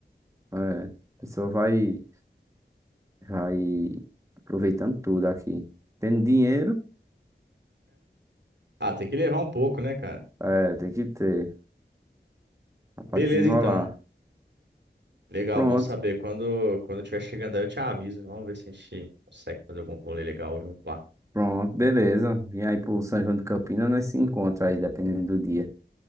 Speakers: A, on the right; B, on the right.
A: É, a pessoa vai, vai aproveitando tudo aqui. Tendo dinheiro,
B: Ah, tem que levar um pouco, né, cara?
A: é, tem que ter, dá pra
B: Beleza,
A: desenrolar.
B: então. Legal,
A: Pronto,
B: bom saber. Quando, quando eu estiver chegando aí, eu te aviso. Vamos ver se a gente consegue fazer algum rolê legal junto lá.
A: pronto, beleza. Vem aí pro São João de Campinas, nós se encontra aí, dependendo do dia.